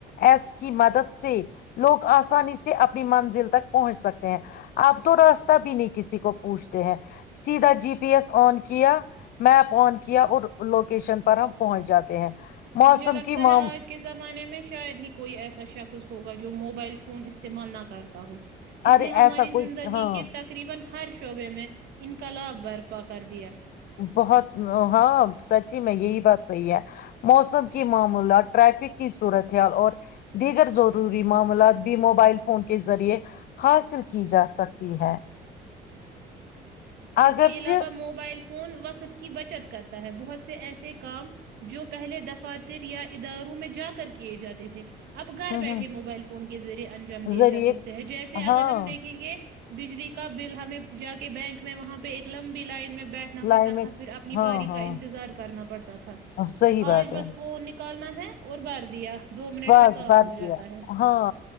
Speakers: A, on the left; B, on the right.
A: ایس کی مدد سے لوگ آسانی سے اپنی منزل تک پہنچ سکتے ہیں اب تو راستہ بھی نہیں کسی کو پوچھتے ہیں سیدھا جی پی ایس آن کیا میپ آن کیا اور لوکیشن پر ہم پہنچ جاتے ہیں موسم
B: مجھے لگتا
A: کی مام
B: ہے آج کے زمانے میں شاید ہی کوئی ایسا شخص ہوگا جو موبائل فون استعمال نہ کرتا اس
A: ارے
B: لیے ہماری
A: ایسا کوئی
B: زندگی
A: ہاں
B: کے تقریبا ہر شعبے میں انقلاب برپا کر د
A: بہت ہاں سچی میں یہی بات صحیح ہے موسم کی معامولات ٹریفک کی صورت حال اور دیگر ضروری معاملات بھی موبائل فون کے ذریعے حاصل کی جا سکتی ہے اگرچہ
B: اس کے علاوہ موبائل فون وقت کے کی بچت کرتا ہے بہت سے ایسے کام جو پہلے دفاتر یا اداروں میں جا کر کیے جاتے تھے اب گھر
A: ہوں
B: بیٹھے
A: ہوں
B: موبائل فون کے ذریعے انجام دیے
A: ذریعے
B: جا سکتے ہیں جیسے اگر
A: ہاں
B: ہم دیکھیں گے بجلی کا بل ہمیں جا کے بینک میں وہاںہ ایک لمبی لائن میں بیٹھنا پڑتا
A: لائن میں
B: تھا پھر اپنی
A: ہاں
B: باری
A: ہاں
B: کا انتظار کرنا پڑتا تھا
A: صحیح بات
B: آج
A: ہے
B: بس فون نکل کرنا ہے اور بھر دیا دو منٹ
A: بس
B: میں کام
A: بر
B: ہو
A: دیا
B: جاتا ہے
A: ہاں